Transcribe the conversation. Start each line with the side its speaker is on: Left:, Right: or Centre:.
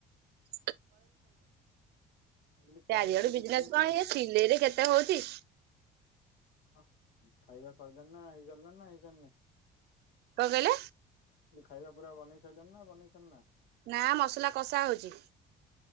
Right: <unintelligible>
Left: କହିଲି
Right: ଚାରିଆଡ଼ୁ
Left: ଚାରିଆଡୁ
Right: ବିଜନେସ କଣ
Left: ଆଉ।
Right: ଇଏ ସିଲେଇରେ କେତେ ହଉଚି।
Left: ଅହ୍ ଆହଖାଇବା ସଇଲାଣିି ନା ହେଇସାରିଲାଣି ନା ହେଇସାରନେଇ।
Right: କଂ କହିଲ।
Left: ଲି ଖାଇବା ପୁରା ବନେଇ ସାରିଲେଣୀ ନା ବନେଇସାର୍ ନା।
Right: ନା ମସଲା କଷା ହଉଚି।